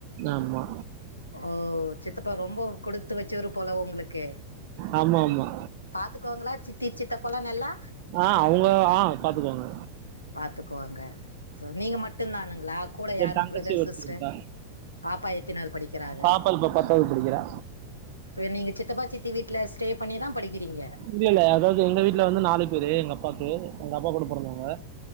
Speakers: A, on the right; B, on the left.
A: ஆமா
B: ஓ சித்தப்பா ரொம்ப குடுத்து வச்சவரு போல உங்களுக்கு
A: ஆமாமா.
B: பாத்துக்கோங்களா சித்தி சித்தப்பலா நல்லா
A: ஆஹ்ன் அவுங்க ஆஹ் பாத்துக்கோங்க
B: பாத்துக்குவாங்க நீங்க மட்டும் தானுங்களா கூட யாரு
A: என் தங்கச்சி
B: பிரதர்
A: ஒருத்தி
B: சிஸ்டர்
A: இருக்கா.
B: பாப்பா எத்தினாவது படிக்கிறாங்க
A: பாப்பா இப்ப படிக்கிறா.
B: இப்போ நீங்க சித்தப்பா சித்தி வீட்ல ஸ்டேய் பண்ணி தான் படிக்கிறீங்க
A: இல்ல இல்ல அதாவது எங்க வீட்ல வந்து நாலு பேரு எங்க அப்பாவுக்கு எங்க அப்பா கூட பிறந்தவங்க